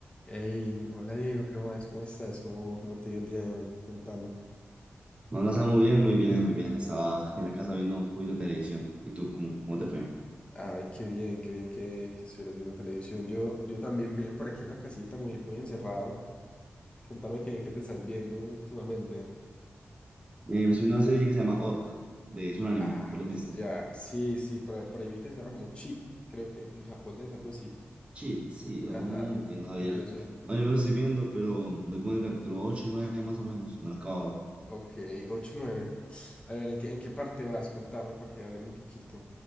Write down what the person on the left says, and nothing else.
Hey, hola Diego, ¿qué más? ¿Cómo estás? ¿Cómo, cómo te dio el día de hoy? Contame.
Ay, qué bien, qué bien que, que estuvieras viendo televisión. Yo, yo también bien por aquí en la casita, muy, muy encerrado. Contame qué, qué te estás viendo últimamente.
Ah,
ya. Sí, sí, por, ahí por ahí vi que se llama como chi, creo que en, en japonés, algo así.
Ajá,
curioso.
Ok, ocho nueve. A ver, ¿en qué, en qué parte vas? Contame para que hablemos un poquito.